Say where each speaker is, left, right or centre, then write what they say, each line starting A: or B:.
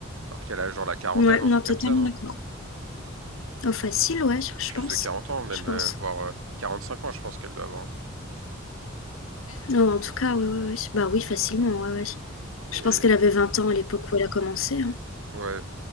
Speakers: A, on the right; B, on the left.
A: Alors qu'elle a genre la quarantaine,
B: Ouais,
A: un
B: non,
A: truc
B: totalement
A: comme ça, non?
B: d'accord. Oh, facile, ouais, je je
A: Plus
B: pense.
A: de 40 ans, même,
B: Je pense.
A: euh, voire euh, cinq ans, je pense qu'elle doit avoir. hein.
B: Non, en tout cas, ouais, ouais, ouais. Bah oui, facilement, ouais, ouais.
A: Et
B: Je pense qu'elle avait 20 ans à l'époque où elle a commencé, hein.
A: ouais.